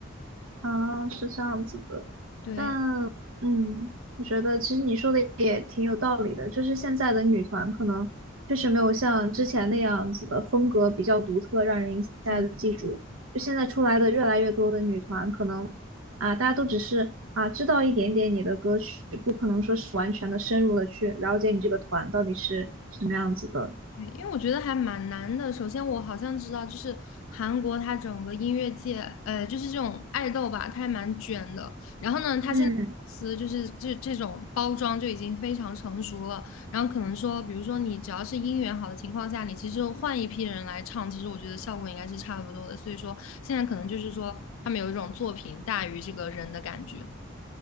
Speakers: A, on the right; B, on the left.
A: 啊，是这样子的，
B: 对
A: 但嗯，我觉得其实你说的也挺有道理的，就是现在的女团可能确实没有像之前那样子的风格比较独特，让人一下子记住。
B: 对。
A: 就现在出来的越来越多的女团，可能啊，大家都只是啊知道一点点你的歌曲，不可能说是完全的深入的去了解你这个团到底是什么样子的。
B: 对，因为我觉得还蛮难的。首先，我好像知道，就是韩国它整个音乐界，呃，就是这种爱豆吧，它还蛮卷的。然后呢，它现在公司就是这这种包装就已经非常成熟了。
A: 嗯，
B: 然后可能说，比如说你只要是音源好的情况下，你其实换一批人来唱，其实我觉得效果应该是差不多的。所以说，现在可能就是说，他们有一种作品大于这个人的感觉。